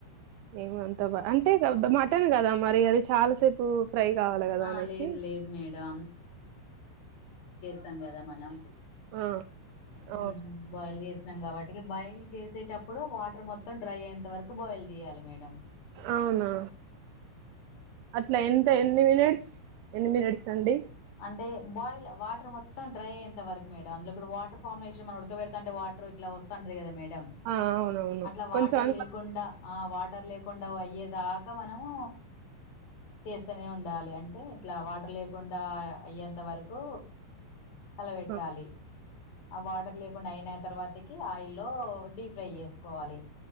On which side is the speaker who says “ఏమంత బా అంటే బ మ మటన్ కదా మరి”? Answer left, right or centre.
Right